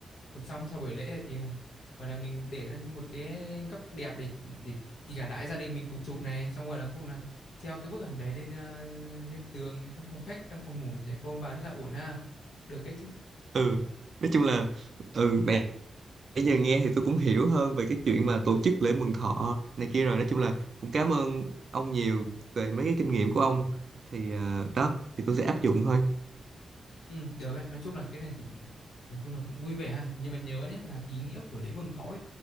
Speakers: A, on the left; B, on the right.
A: chụp xong sau buổi lễ này thì à, gọi là mình để ra một cái góc đẹp để để kể cả đại gia đình mình cùng chụp này xong rồi là cuối cùng là treo cái bức ảnh đấy lên ờ, lên tường trong phòng khách trong phòng ngủ gì đấy của ông bà thế là ổn ha được cái chứ
B: ừ nói chung là ừ nãy nãy giờ nghe thì tôi cũng hiểu hơn về cái chuyện mà tổ chức lễ mừng thọ này kia rồi nói chung là cũng cảm ơn ông nhiều về mấy cái kinh nghiệm của ông thì ờ, đó thì tôi sẽ áp dụng thôi
A: Ừ, được đấy. Nói chung là cái này thì nói chung là cũng vui vẻ ha. Nhưng mà nhớ nhé là ý nghĩa của lễ mừng thọ ấy